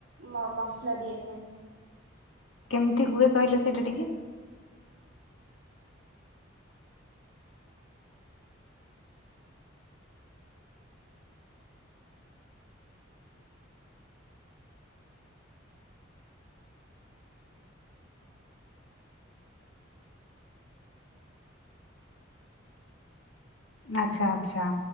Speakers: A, on the right; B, on the left.
A: ମ ମସଲା ଦିଆଥା
B: କେମତି ହୁଏ କହିଲେ ସେଇଟା ଟିକେ ଆଚଛା ଆଚଛା